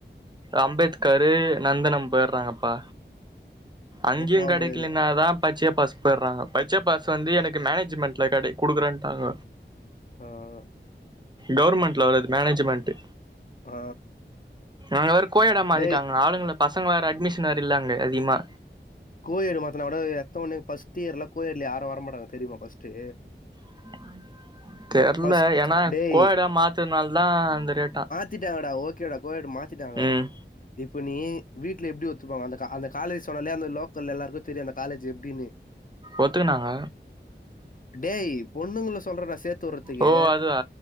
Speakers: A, on the right (about 25°); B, on the left (about 45°).
A: அம்பேத்காரு நந்தனம் போய்ர்றாங்கப்பா அங்கேயு
B: போக
A: கெடைக்கிலனாதா
B: முடியாது.
A: பச்சையப்பாஸ் போயிர்றாங்க பச்சையப்பாஸ் வந்து எனக்கு மேனேஜ்மெண்ட்ல கெடை குடுக்குறேன்டாங்க
B: ஆ ஆ
A: கவுர்மெண்ட்ல வராது மேனேஜ்மெண்ட்டு
B: ஆ,
A: அங்க வேற கோயடா மாத்திட்டாங்க
B: டேய்
A: ஆளுங்கள பசங்க வேற அட்மிஷன் வேற இல்ல அங்க அதிகமா
B: கோயட்டு மாத்துனா கூட எடுத்த ஒட்னே பர்ஸ்ட்டு இயர்ல்ல கோயட்ல யாரு வரமாட்டாங்க தெரியுமா பஸ்ட்டு
A: <inaudible> தெர்ல
B: ஃபர்ஸ்ட்
A: ஏன்னா
B: டேய்
A: கோயடா மாத்துறனால தா அந்த ரேட்டா
B: திட்டாங்கடா ஓகேடா கோயட்டு மாத்திட்டாங்கோ
A: ம்
B: இப்ப நீ வீட்ல எப்டி ஒத்துப்பாங்க அந்த கா அந்த காலேஜ் சொன்னல அந்த லோக்கல்ல எல்லாருக்கு தெரியு அந்த காலேஜு எப் டினு
A: ஒத்துக்குனாங்க
B: டேய் பொண்ணுங்கல சொல்றேன்டா சேத்து வுட்றதுக்கு
A: ஓ அதுவா